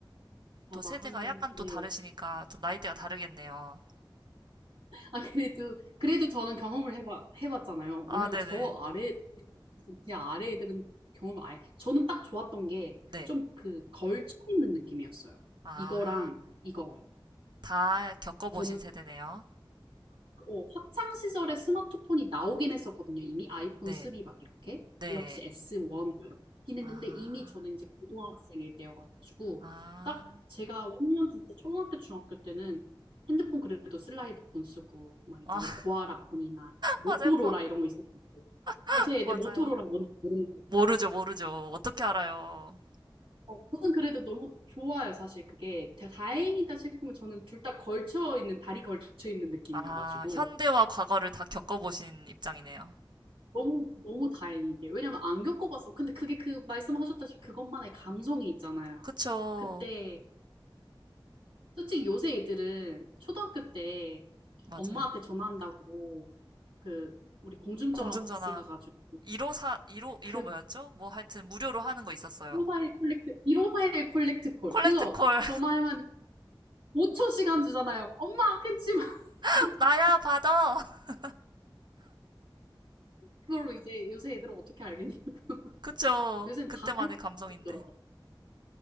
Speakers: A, on the right (about 75°); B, on the right (about 55°).
A: 맞아.
B: 또 세대가
A: 한,
B: 약간 또
A: 네.
B: 다르시니까 좀 나이대가 다르겠네요.
A: 아, 그래도, 그래도 저는 경험을 해봐, 해봤잖아요.
B: 아,
A: 왜냐면
B: 네네.
A: 저 아래, 제 아래 애들은 경험을 아예, 저는 딱 좋았던 게
B: 네.
A: 좀 그 걸쳐 있는 느낌이었어요.
B: 아,
A: 이거랑 이거.
B: 다 겪어보신
A: 저는
B: 세대네요.
A: 어, 학창 시절에 스마트폰이 나오긴 했었거든요. 이미 아이폰
B: 네.
A: 3 막 이렇게
B: 네.
A: 갤럭시 S1 이렇게 있긴 했는데
B: 아,
A: 이미 저는 이제 고등학생일 때여가지고
B: 아,
A: 딱 제가 완전 진짜 초등학교 중학교 때는 핸드폰 그래도 슬라이드폰 쓰고 막 이제
B: 아,
A: 우리 고아라
B: <laughs>
A: 폰이나 모토로라
B: 맞아요.
A: 이런 거 있었는데
B: 꼭 알아.
A: 요새 애들 모토로라
B: 맞아요.
A: 뭔지 모르는데
B: 모르죠, 모르죠. 어떻게 알아요?
A: 어, 저는 그래도 너무 좋아요 사실 그게 다- 다행이다 싶은 건 저는 둘 다 걸쳐 있는 다리 걸쳐 있는 느낌이어가지고
B: 아, 현대와 과거를 다 겪어보신 입장이네요.
A: 너무, 너무 다행이게. 왜냐면 안 겪어봤어. 근데 그게 그 말씀하셨다시피 그것만의 감성이 있잖아요.
B: 그쵸.
A: 그때, 솔직히 요새 애들은 초등학교 때
B: 맞아요.
A: 엄마한테 전화한다고 그, 우리 공중전화
B: 공중전화
A: 박스 가가지고
B: 1호사15 15
A: 그
B: 뭐였죠? 뭐 하여튼 무료로 하는 거 있었어요.
A: 1 5사일 콜렉트, 1541 콜렉트 콜.
B: 콜렉트콜
A: 그거 전화하면 5초 시간 주잖아요. 엄마 끊지 마.
B: <laughs>
A: <laughs>
B: 나야 받아. <laughs>
A: 그걸로 이제 요새 애들은 어떻게 알겠냐고. <laughs>
B: 그쵸?
A: 요새는
B: 그때만의
A: 다 알고
B: 감성인데.
A: 있더라고.